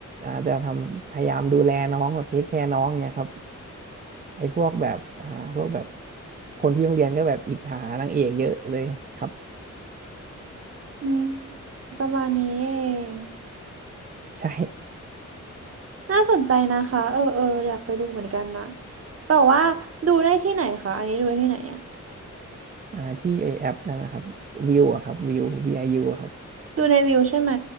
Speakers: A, on the right; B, on the right.
A: อาจจะทำพยายามดูแลน้องแบบเทคแคร์น้องเนี่ยครับไอ้พวกแบบอ่าพวกแบบคนที่โรงเรียนก็แบบอิจฉานางเอกเยอะเลยครับ
B: อืมประมาณนี้เอง
A: <laughs> ใช่
B: น่าสนใจนะคะเออเอออยากไปดูเหมือนกันนะแต่ว่าดูได้ที่ไหนคะอันนี้ดูได้ที่ไหนอะ
A: <laughs> อ่าที่ไอแอปนั่นนะครับวิวอะครับวิว VIU อยูอะครับ
B: ดูในวิวใช่ไหม